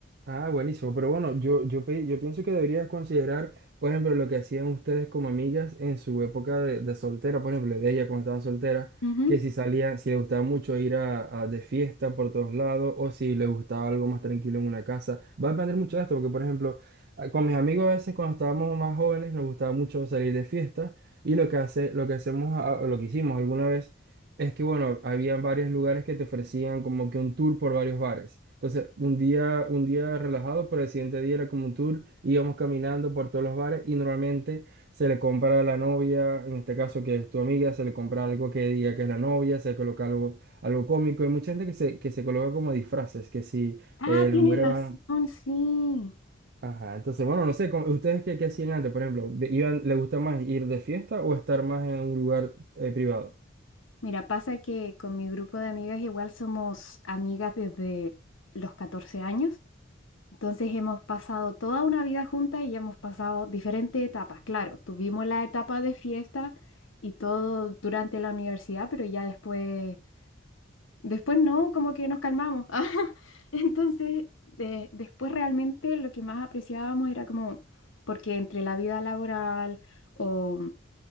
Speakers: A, on the right; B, on the left.
A: Ah, buenísimo, pero bueno, yo, yo, pe- yo pienso que deberías considerar, por ejemplo, lo que hacían ustedes como amigas en su época de, de soltera, por ejemplo, de ella cuando estaba soltera,
B: Ujú.
A: que si salía, si le gustaba mucho ir a, a- de fiesta por todos lados o si le gustaba algo más tranquilo en una casa. Va a depender mucho de esto, porque por ejemplo, a- con mis amigos a veces cuando estábamos más jóvenes nos gustaba mucho salir de fiesta y lo que hace, lo que hacemos, a- lo que hicimos alguna vez. Es que bueno, habían varios lugares que te ofrecían como que un tour por varios bares. Entonces, un día, un día relajado, pero el siguiente día era como un tour, íbamos caminando por todos los bares y normalmente se le compra a la novia, en este caso que es tu amiga, se le compra algo que diga que es la novia, se coloca algo, algo cómico. Hay mucha gente que se, que se coloca como disfraces, que si
B: Ah,
A: eh,
B: tienes
A: las mujeres
B: razón,
A: van...
B: sí.
A: Ajá, entonces bueno, no sé, como- ¿ustedes qué, qué hacían antes, por ejemplo? ¿Iban, les gusta más ir de fiesta o estar más en un lugar eh, privado?
B: Mira, pasa que con mi grupo de amigas igual somos amigas desde los 14 años, entonces hemos pasado toda una vida juntas y hemos pasado diferentes etapas. Claro, tuvimos la etapa de fiesta y todo durante la universidad, pero ya después, después no, como que nos calmamos. <laughs> Entonces, de- después realmente lo que más apreciábamos era como, porque entre la vida laboral o